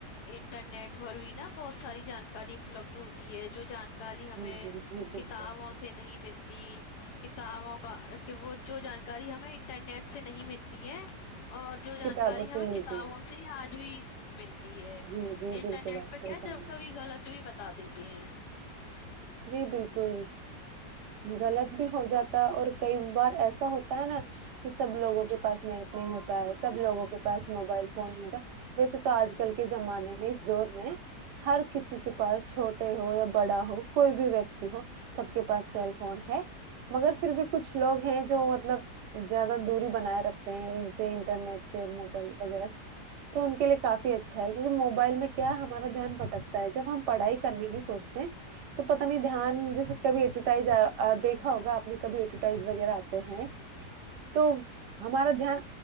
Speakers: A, on the left; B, on the right.
A: انٹرنیٹ پر بھی نا بہت ساری جانکاری اپلبد ہوتی ہے جو جانکاری ہمیں
B: جی جی جی بالکل
A: کتابوں سے نہیں ملتی کتابوں کا کہ وہ جو جانکاری ہمیں انٹرنیٹ سے نہیں ملتی ہے اور جو
B: کتابوں
A: جانکاری
B: سے
A: ہمیں
B: ملتی
A: کتابوں
B: ہے
A: سے آج بھی ملتی ہے
B: جی جی
A: انٹرنیٹ
B: بالکل آپ
A: پہ
B: صحیح
A: کیا
B: فرما
A: جب
B: رہی
A: کبھی
B: ہیں،
A: غلط بھی بتا دیتے ہیں
B: جی بالکل غلط بھی ہو جاتا ہے اور کئی بار ایسا ہوتا ہے نا کہ سب لوگوں کے پاس نیٹ نہیں ہوتا ہے سب لوگوں کے پاس موبائل فون نہیں ہوتا ویسے تو آج کل کے زمانے میں اس دور میں ہر کسی کے پاس چھوٹے ہو یا بڑا ہو کوئی بھی ویکتی ہو سب کے پاس سیل فون ہے مگر پھر بھی کچھ لوگ ہیں جو مطلب زیادہ دوری بنائے رکھتے ہیں ان سے انٹرنیٹ سے موبائل وغیرہ سے تو ان کے لیے کافی اچھا ہے کیونکہ موبائل میں کیا ہمارا دھیان بھکتا ہے جب ہم پڑھائی کرنے کی سوچتے ہیں تو پتا نہیں دھیان جیسے کبھی ایڈورٹائز دیکھا ہوگا آپ نے کبھی ایڈورٹائز وغیرہ آتے ہیں تو ہمارا دھیان